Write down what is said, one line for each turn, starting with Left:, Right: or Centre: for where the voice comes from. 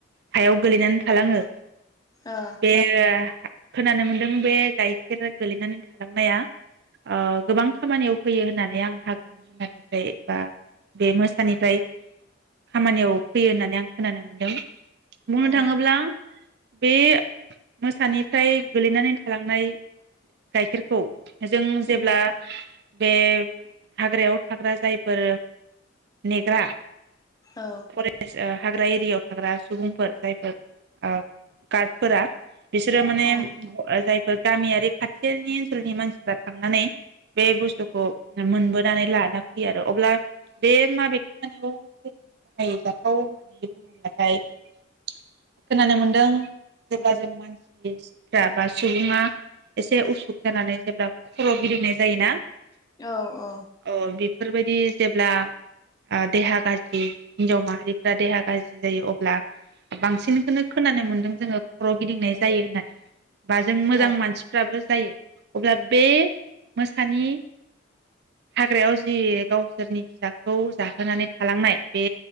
Right: हायाव गोलैनानै थालाङो।
Left: औ
Right: बे खोनानो मोनदों बे गाय गायखेरा गोलैनानै थालांनाया अ गोबां खामानियाव फैयो होननानै आं हाग्रानि जुनारनिफ्राय बा बे मोसानिफ्राय खामानियाव फैयो होननानै आं खोनानो मोनदों। बुंनो
Left: औ
Right: थाङोब्ला बे मोसानिफ्राय गोलैनानै थालांनाय गाइखेरखौ जों जेब्ला
Left: उम
Right: बे हाग्रायाव थाग्रा जायफोर नेग्रा
Left: औ
Right: फरेस ओ थाग्रा एरियाायाव थाग्रा सुबुंफोर जायफोर औ <unintelligible> फोरा बिसोरो माने
Left: उम
Right: जाय गामियारि खाथिनि ओनसोलनि मानसिफ्रा थांनानै बे बुस बथुखौ मोनबोनानै लाना फैयो आरो अब्ला बे माबे खामानियाव जों बाहायजाथाव होननानै बुङोब्लाथाय खोनानो मोनदों जेब्ला जों मानसिफ्रा बा सुबुङा एसे उसुख जानानै जेब्ला खर' गिदिंनाय जायोना अ
Left: औ औ
Right: बेफोरबायदि जेब्ला आ देहा गाज्रि हिन्जाव माहारिफ्रा देहा गाज्रि जायो अब्ला बांसिनखौनो खोनानो मोन्दों जोङो खर' गिदिंनाय जायो होननानै। बा जों मोजां
Left: औ
Right: मानसिफ्राबो। जायो अब्ला बे मोसानि हाग्रायाव जि गावसोरनि फिसाखौ जाहोनानै थालांनाय बे